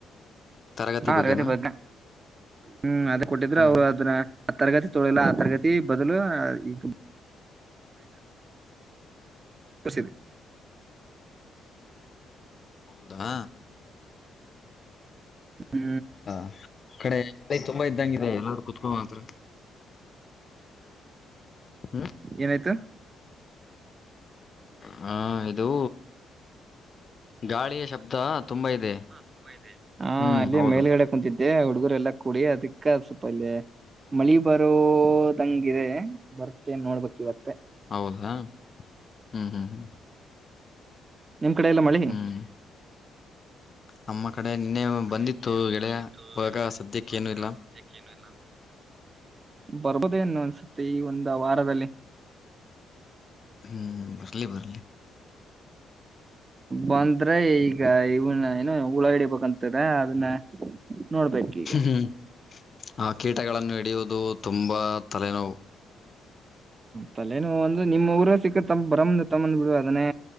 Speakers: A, on the left; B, on the right.
A: ತರಗತಿ
B: ಹಾ
A: ಬಗ್ಗೆನಾ
B: ಬಗ್ಗೆ ಹ್ಮ್ ಅದ ಕೊಟ್ಟಿದ್ರೆ
A: ಹ್ಮ್
B: ಅವರು ಅದನ್ನ ತರಗತಿ ತೊಳಿಲ್ಲ ಆ ತರಗತಿ ಬದಲು ಈಗ ಬಸ
A: ಹೌದಾ
B: ಹ್ಮ್
A: ಹ ಕಡೆ ತುಂಬಾ ಇದ್ದಂಗಿದೆ ಎಲ್ಲೂ ಕುೂತ್ಕೊ ಮಾತ್ರ ಹ್ಮ್
B: ಏನಐ್ತು
A: ಹ ಇದು ಗಾಳಿಯ ಶಬ್ದ ತುಂಬಾ ಇದೆ
B: ತುಂಬ ಇದೆ ಹಾ
A: ಹ್ಮ್
B: ಅಲ್ಲಿ
A: ಹೌದು
B: ಮೇಲ್ಗಡೆ ಕುೂಂತಿದ್ದೆ ಹುಡುಗರೆ ಎಲ್ಲಾ ಕುೂಡಿ ಅದಕ್ಕ ಸ್ವಲ್ಪ ಅಲ್ಲೇ ಮಳಿ ಬರೋದಂಗ ಇಿದೆ ಬರ್ತೇ ನೋಡ್ಬೇಕಕ್ ಇವತ್ತು
A: ಹೌದಾ ಹ್ಮ್ ಹ್ಮ್ ಹ್ಮ್
B: ನಿಮ್ ಕಡೆ ಎಲ್ಲ ಮಳಿ
A: ಹ್ಮ್ ನಮ್ಮ ಕಡೆ ನಿನ್ನೆ
B: ಮ್ಮ ಕಡೆ
A: ಬಂದಿತ್ತು
B: ಇನ್ನೆ
A: ಗೆಳೆಯ
B: ಬಂದಿತ್ತು
A: ಇವಾಗ
B: ಎಳ
A: ಸದ್ಯಕ್ಕೆ
B: ಇಾಗ
A: ಏನು ಇಲ್ಲ
B: ಸದ್ಯಕ್ಕೆ ಏನು ಇಲ್ಲ ಬರ್ಬೋದೇ ಅನ್ನು ಅನ್ಸುತ್ತೆ ಈ ಒಂದು ವಾರದಲ್ಲಿ
A: ಹ್ಮ್ ಬರ್ಲಿ ಬರ್ಲಿ
B: ಬಂದ್ರ ಈಗ ಇವನ ಏನು ಹುಳ ಹಡಿಬೇಕಂತದ ಅದನ್ನ ನೋಡ್ಬೇಕ ಈಗ
A: ಹ್ಮ್ ಆ ಕೀಟಗಳನ್ನು ಹಿಡಿಯುವುದು ತುಂಬಾ ತಲೆನೋವು
B: ತಲೆೇನು ಒಂದು ನಿಮ್ಮ್ ಊರ ಸಿಕ್ಕ ತಮ್ಮ ಬ್ರಮ ತಮ್ಮಂದ ಬಿಡುುವ ಅದನ್ನೇ